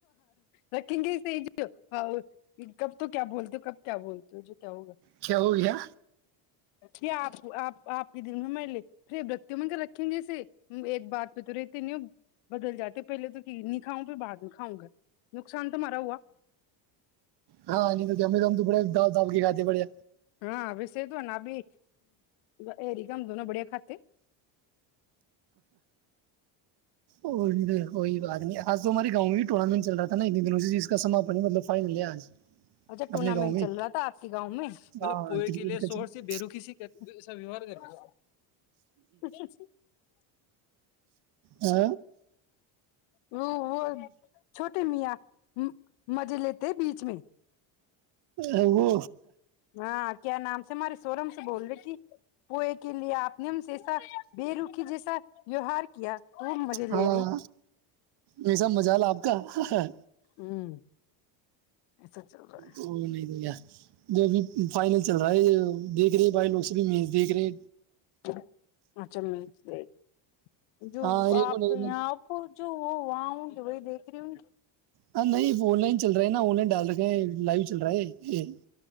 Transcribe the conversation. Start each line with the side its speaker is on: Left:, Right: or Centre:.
Left: رک گ سج تو کیا بولتے ہو کب کیا بولتے ہو جو کیا ہوگا
Right: چ ہوو بھی ہے
Left: کیا آپ آپ آپ کے دن میں م لے پھر برکتی من کر رکھیں گے اسے ایک بات پ تو رہتے نہیں ہو بدل جاتے پہلے تو کہ نہیں کاؤں پھر بعد میں کاؤں گا نقصان تو مارا ہوا
Right: ہاں نہیں تو گ گم تو پڑے د دھابکی کاتی پڑے
Left: ہاں ویسے توو نہا بھی اری گم د نا بڑیا کھات
Right: اور تو کوئی بات نہیں آ آج تو ہمارے گاؤں بھی ٹورنامنٹ چ رہا تھاا ات دن سے جس کا سان مطلب فائنل ہے آج
Left: اچھا
Right: اپنے
Left: ٹورنامنٹ
Right: گاؤں میں
Left: چل رہا تھا آپ کے گاؤں میں
Right: ہاں
Left: مطلب پوئے
Right: کرکٹ
Left: کے لیے
Right: کا
Left: شوہر سے بےیروکی سے ایا ووار کر کے ب
Right: ہ
Left: ہ وہ چھوٹی میاں مزے لیتے بیچ میں
Right: ا وہو
Left: ہاں کیا نام سے ہمارے سوورم سے بول رہے کہ پوئے کے لیے آپ نے ہم جیسا بے رکھی جیسا ویوہار کیا <inaudible> لے
Right: ہاں
Left: رہے ہیں
Right: یہسب مز ل آپ کا خ ہے
Left: ہوں ایسا چل رہا
Right: او نہیں تو کیا جوب فائنل چل رہا ہے دیکھ رہے بائی لوگ سے بھی دیکھ رہے
Left: ہے اچھا میں جو
Right: ہاں ارے
Left: آپ
Right: وہ نہیں
Left: یہاں آپ جو وہ وہاں ہں تو وہی دیکھ رہی ہوں
Right: ہاں نہیں آن لائن چل رہا ہے نا آن لائن ڈال رکھے ہیں لائو چل رہا ہے